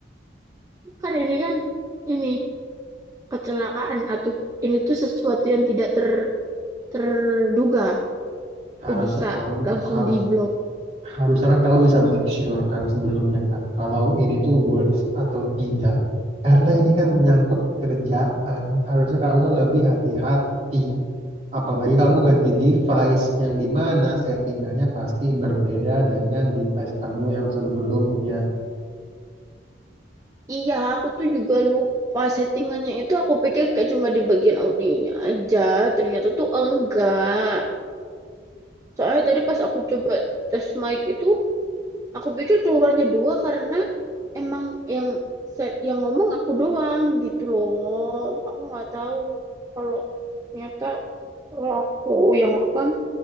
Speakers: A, on the right (about 20°); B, on the right (about 35°).
A: kan ini kan ini kecelakaan atau ini tuh sesuatu yang tidak ter terduga
B: harusnya
A: kok bisa
B: kamu
A: langsung
B: harus
A: di blok
B: harusnya kan kamu bisa make sure kan sebelumnya kan kalau ini tuh works atau tidak. Karena ini kan menyangkut kerjaan, harusnya kamu lebih hati-hati. Apalagi kamu ganti device yang di mana settingannya pasti berbeda dengan device kamu yang sebelumnya.
A: iya aku tuh juga lupa settingannya itu aku pikir kayak cuma di bagian audionya aja ternyata tuh enggak soalnya tadi pas aku coba tes mic itu Aku pikir keluarnya dua karena emang yang set yang ngomong aku doang gitu loh. Aku nggak tahu kalau ternyata kalau aku yang rekam